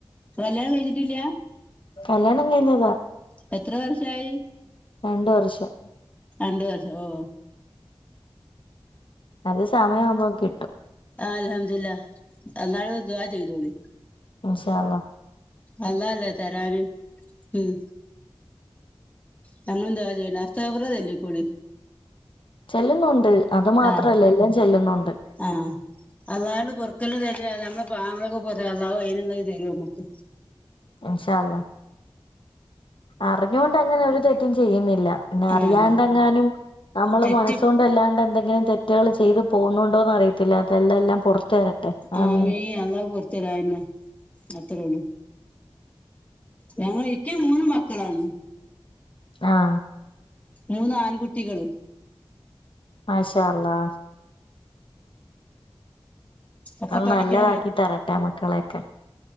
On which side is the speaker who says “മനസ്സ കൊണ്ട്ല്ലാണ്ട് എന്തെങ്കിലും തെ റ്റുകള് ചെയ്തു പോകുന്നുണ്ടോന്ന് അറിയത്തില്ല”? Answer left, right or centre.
Left